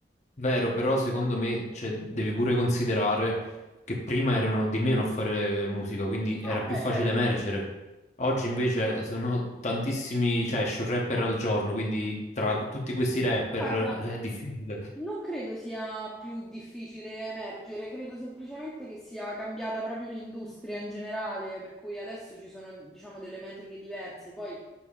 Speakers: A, on the left; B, in the centre.
A: Vero, però secondo me, cioè, devi pure considerare che prima erano di meno a fare musica, quindi era
B: Ah,
A: più
B: beh,
A: facile
B: certo.
A: emergere. Oggi invece sono tantissimi, cioè esce un rapper al giorno, quindi tra tutti questi rapper
B: Ma Guarda.
A: eh, è difficile.
B: Non credo sia più difficile emergere, credo semplicemente che sia cambiata proprio l'industria in generale, per cui adesso ci sono, diciamo, delle metriche diverse. Poi